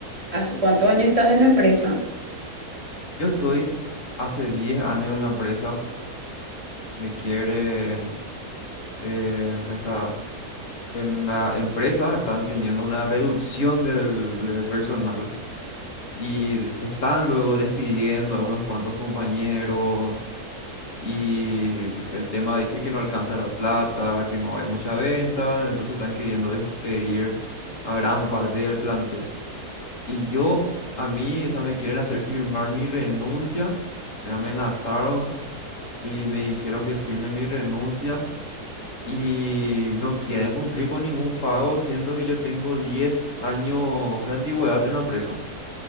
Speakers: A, on the right; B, on the left.
A: ¿hace cuántos años estás en la empresa?
B: yo estoy hace 10 años en la empresa, me quiere eh, esa en la empresa están teniendo una reducción del, del personal y están luego despidiendo a algunos cuantos compañeros y el tema dice que no alcanza la plata, que no hay mucha venta, entonces están queriendo despedir a gran parte del plantel. Y yo, a mí, o sea, me quieren hacer firmar mi renuncia, me amenazaron y me dijeron que firme mi renuncia y no quieren cumplir con ningún pago, siendo que yo tengo 10 años de antigüedad en la empresa.